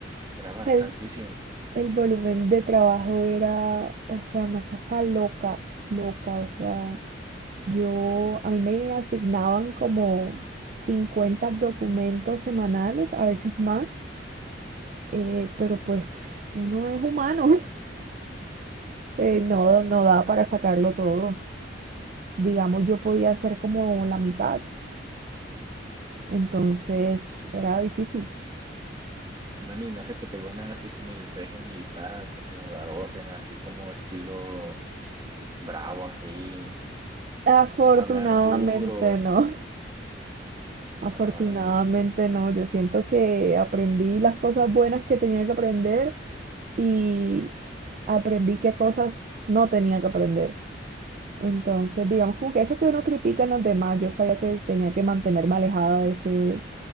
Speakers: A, on the right; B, on the right.
A: era bastantísimo.
B: El, el volumen de trabajo era, o sea, una cosa loca, loca, o sea, yo, a mí me asignaban como 50 documentos semanales, a veces más, eh, pero pues uno es humano, <laughs> eh,
A: <laughs>
B: no, no da para sacarlo todo. digamos, yo podía hacer como la mitad, entonces era difícil.
A: Bueno, y no se te pegó nada así como el régimen militar, como dar órdenes, así como estilo bravo, así,
B: Afortunadamente
A: hablar duro.
B: no, <laughs> afortunadamente
A: ah.
B: no, yo siento que aprendí las cosas buenas que tenía que aprender y aprendí qué cosas no tenía que aprender. Entonces, digamos, como que eso que uno critica en los demás, yo sabía que tenía que mantenerme alejada de ese